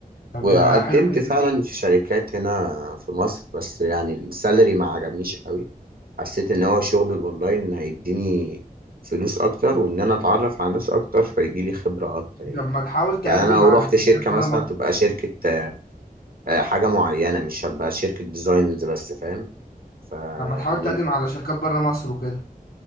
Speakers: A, on the left; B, on the right.
A: طب
B: وقدمت
A: ما ده حلو جدا
B: فعلا
A: ليه
B: في شركات هنا في مصر بس يعني السالري ما عجبنيش قوي حسيت ان هو شغل الاونلاين هيديني فلوس اكتر وان انا اتعرف على ناس اكتر فيجي لي خبره اكتر يعني
A: طب ما تحاول تقدم
B: يعني انا لو
A: على
B: رحت
A: شركات
B: شركه مثلا
A: بره مصر.
B: تبقى شركه آه، حاجه معينه مش هبقى شركه ديزاينز بس فاهم ف
A: طب ما تحاول
B: يعني
A: تقدم على شركات بره مصر وكده